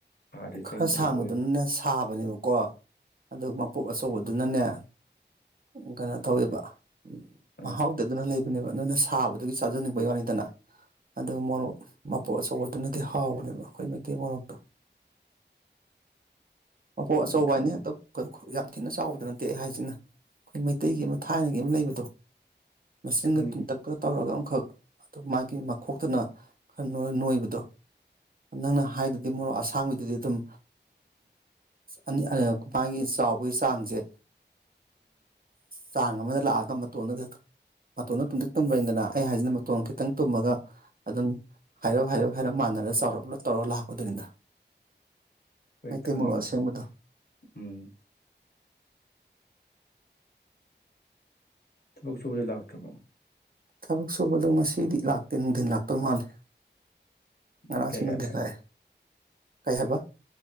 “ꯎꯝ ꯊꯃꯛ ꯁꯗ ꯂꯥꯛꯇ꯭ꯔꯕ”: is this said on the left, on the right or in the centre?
Left